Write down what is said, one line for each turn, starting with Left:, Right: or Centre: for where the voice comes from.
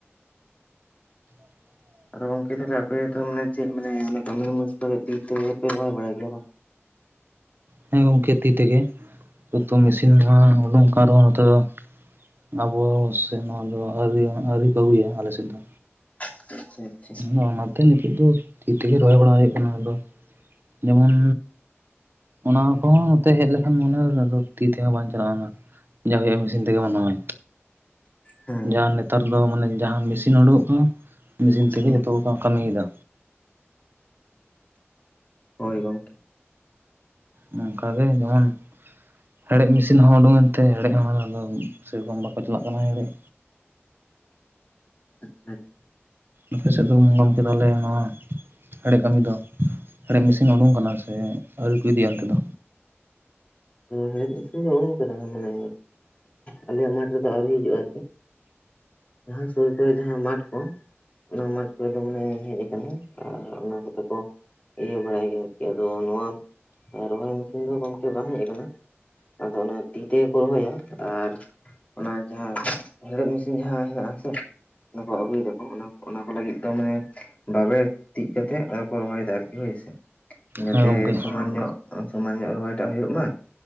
Right: <unintelligible>
Left: ᱟᱫᱚ ᱜᱚᱝᱠᱮ ᱛᱟᱦᱞᱮ ᱟᱯᱮ ᱫᱚ ᱢᱟᱱᱮ ᱪᱮᱜ ᱢᱟᱱᱮ ᱚᱱᱟ ᱠᱟᱹᱢᱤ ᱨᱮ <unintelligible> ᱛᱤ ᱛᱮᱯᱮ ᱨᱚᱦᱚᱭ ᱵᱟᱲᱟᱭ ᱜᱮᱭᱟ ᱵᱟᱝ?
Right: ᱦᱮᱸ ᱜᱚᱝᱠᱮ ᱛᱤ ᱛᱮᱜᱮ, ᱯᱚᱛᱛᱷᱚᱢ ᱢᱮᱥᱤᱱ ᱱᱚᱣᱟ ᱩᱰᱩᱝ ᱠᱟᱱ ᱨᱮᱦᱚᱸ ᱱᱟᱛᱮ ᱫᱚ ᱟᱵᱚ ᱥᱮᱜ ᱱᱚᱣᱟ ᱫᱚ ᱟᱹᱨᱤ ᱟᱹᱨᱤ ᱠᱚ ᱟᱹᱜᱩᱭᱟ ᱟᱞᱮᱥᱮᱫ ᱫᱚ᱾
Left: <unintelligible>
Right: ᱱᱚᱣᱟ ᱢᱟᱛᱮ ᱱᱤᱛᱚᱜ ᱫᱚ ᱛᱤ ᱛᱮᱜᱮ ᱨᱚᱦᱚᱭ ᱵᱟᱲᱟ ᱦᱩᱭᱩᱜ ᱠᱟᱱᱟ᱾ ᱟᱫᱚ ᱡᱮᱢᱚᱱ ᱚᱱᱟ ᱠᱚᱦᱚᱸ ᱱᱚᱛᱮ ᱦᱮᱡ ᱞᱮᱠᱷᱟᱱ ᱢᱚᱱᱮ <unintelligible> ᱛᱤ ᱛᱮᱦᱚᱸ ᱵᱟᱝ ᱪᱟᱞᱟᱜᱼᱟᱱᱟ᱾ ᱡᱟ ᱦᱩᱭᱩᱜᱼᱟ ᱢᱤᱥᱤᱱ ᱛᱮᱜᱮ ᱢᱚᱱᱮᱦᱟᱭ᱾
Left: ᱦᱮᱸ
Right: ᱡᱟᱦᱟᱸ ᱱᱮᱛᱟᱨ ᱫᱚ ᱢᱟᱱᱮ ᱡᱟᱦᱟᱸ ᱢᱤᱥᱤᱱ ᱩᱰᱩᱠᱚᱜ ᱠᱟᱱᱟ ᱢᱤᱥᱤᱱ ᱛᱮᱜᱮ
Left: ᱦᱩᱸ
Right: ᱡᱷᱚᱛᱚ ᱠᱚ ᱠᱟᱹᱢᱤᱭ ᱫᱟ᱾
Left: ᱦᱳᱭ ᱜᱚᱝᱠᱮ᱾
Right: ᱱᱚᱝᱠᱟᱜᱮ ᱡᱮᱢᱚᱱ ᱦᱮᱲᱦᱮᱜ ᱢᱤᱥᱤᱱ ᱦᱚᱸ ᱩᱰᱩᱜ ᱮᱱᱛᱮ ᱦᱮᱲᱮᱜ ᱦᱚᱲ ᱟᱫᱚ ᱥᱮᱨᱚᱠᱚᱢ ᱵᱟᱠᱚ ᱪᱟᱞᱟᱜ ᱠᱟᱱᱟ ᱦᱮᱲᱦᱮᱜ᱾
Left: <unintelligible>
Right: ᱟᱯᱮ ᱥᱮᱜ ᱫᱚ ᱜᱚᱝᱠᱮ ᱛᱟᱦᱟᱞᱮ ᱱᱚᱣᱟ, ᱦᱮᱲᱮᱜ ᱠᱟᱹᱢᱤ ᱫᱚ ᱦᱮᱰᱮᱜ ᱢᱤᱥᱤᱱ ᱩᱰᱩᱝ ᱠᱟᱱᱟ ᱥᱮ ᱟᱹᱣᱨᱤ ᱠᱚ ᱤᱫᱤᱭᱟ ᱚᱱᱛᱮ ᱫᱚ?
Left: ᱦᱮᱲᱮᱜ ᱢᱤᱥᱤᱱ ᱫᱚ ᱳᱰᱳᱝ ᱠᱟᱱᱟ ᱢᱟᱱᱮ ᱟᱞᱮᱭᱟᱜ ᱢᱟᱴᱷ ᱨᱮᱫᱚ ᱟᱹᱣᱨᱤ ᱦᱤᱡᱩᱜᱼᱟ᱾ ᱡᱟᱦᱟᱸᱭ ᱥᱳᱨ ᱠᱚᱨᱮ ᱡᱟᱦᱟᱸ ᱢᱟᱴᱷ ᱠᱚ ᱚᱱᱟ ᱢᱟᱴᱷ ᱠᱚᱨᱮ ᱫᱚ ᱢᱚᱱᱮ ᱦᱮᱡ ᱠᱟᱱᱟ ᱟᱨ ᱚᱱᱟ ᱠᱚᱛᱮ ᱠᱚ ᱤᱭᱟᱹ ᱵᱟᱲᱟᱭ ᱜᱮᱭᱟ ᱟᱨᱠᱤ ᱟᱫᱚ ᱱᱚᱣᱟ, ᱨᱚᱦᱚᱭ ᱢᱤᱥᱤᱱ ᱫᱚ ᱜᱚᱝᱠᱮ ᱵᱟᱝ ᱦᱮᱡ ᱠᱟᱱᱟ? ᱟᱫᱚ ᱚᱱᱟ ᱛᱤ ᱛᱮᱜᱮ ᱠᱚ ᱨᱚᱦᱚᱭᱟ᱾ ᱟᱨ ᱚᱱᱟ ᱡᱟᱦᱟᱸ ᱦᱮᱸᱰᱦᱮᱫ ᱢᱤᱥᱤᱱ ᱡᱟᱦᱟᱸ ᱦᱮᱱᱟᱜ ᱟᱥᱮ ᱚᱱᱟ ᱠᱚ ᱟᱹᱜᱩᱭ ᱫᱟᱠᱚ ᱚᱱᱟ ᱚᱱᱟ ᱠᱚ ᱞᱟᱹᱜᱤᱫ ᱫᱚ ᱢᱟᱱᱮ ᱵᱟᱵᱮᱨ ᱛᱤᱡ ᱠᱟᱛᱮᱜ ᱟᱫᱚ ᱠᱚ ᱨᱚᱦᱚᱭ ᱫᱟ ᱟᱨᱠᱤ ᱦᱮᱸᱥᱮ᱾ ᱡᱟᱛᱮ
Right: ᱦᱮᱸ ᱜᱚᱢᱠᱮ
Left: ᱥᱚᱢᱟᱱ ᱧᱚᱜ ᱥᱚᱢᱟᱱ ᱧᱚᱜ ᱨᱚᱦᱚᱭᱴᱟᱜ ᱦᱩᱭᱩᱜᱭ ᱢᱟ᱾